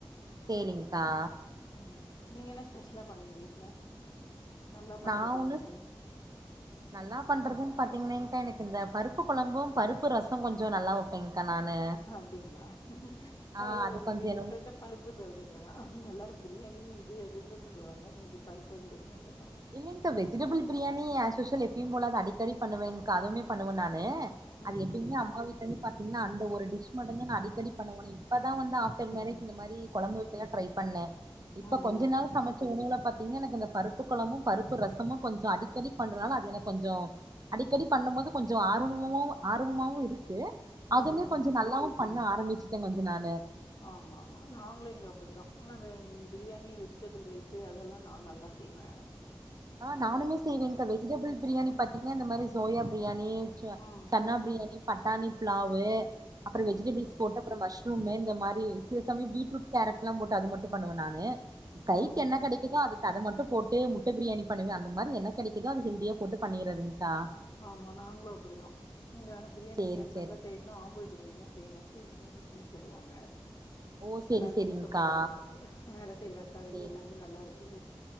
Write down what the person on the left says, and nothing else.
ம் நீங்க என்ன ஸ்பெஷலா பண்ணுவீங்க வீட்ல நல்லா பண்றது
அப்டின்
அப்டிங்களா
பரவால்ல
நீங்க
டிஃப்ரெண்டா பருப்பு சொல்றீங்க ஆனா எல்லாரு பிரியாணி இது அதுன்னதா சொல்லுவாங்க நீங்க பருப்பு டிஃப்ரெண்ட்டா சொல்றீங்க
ம்
ம்
ம்
ம்
ம்
ம்
ம்
ஆமாமா நாங்களு இங்க அப்டிதா ஆனா பிரியாணி வெஜிடபிள் ரைஸு அதெல்லா நா நல்லா செய்வே
ம்,
ம்,
ம்,
ம்.
ஆமா நாங்களு அப்டிதா இங்க ஆனா பிரியாணி
அதுமாரி
செய்ய நா ஆம்பூல் பிரியாணி மாரி செய்வேண்டு என்னதா செய்ய சொல்லுவாங்க
எல்லாருமே
சூப்பராகுதுனுவாங்க வேலை செய்ற அக்காலந்து
எல்லாருமே நல்லா இருக்கு